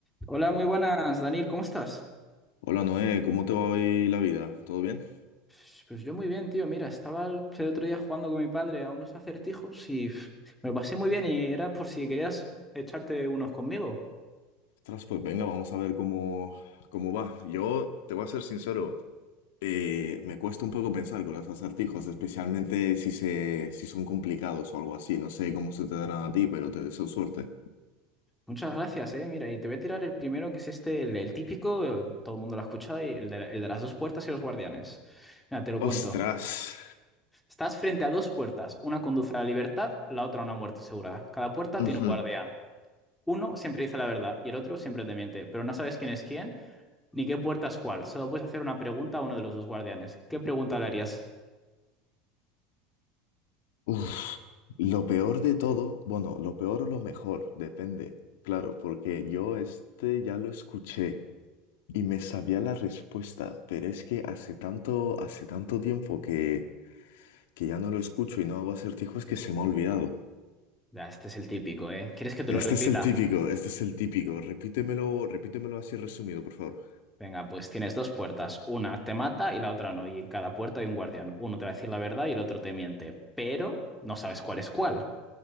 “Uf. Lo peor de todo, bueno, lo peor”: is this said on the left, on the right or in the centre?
Left